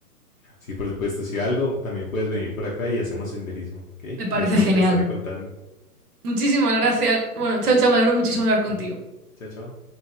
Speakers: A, on the left; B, on the right.
A: Sí, por supuesto, si algo, también puedes venir por acá y hacemos senderismo, ¿ok?
B: Me parece
A: Te, te
B: genial.
A: estaré contando,
B: Muchísimas gracias. Bueno, chao, chao, me alegro muchísimo de hablar contigo.
A: ¿ok? Chao, chao.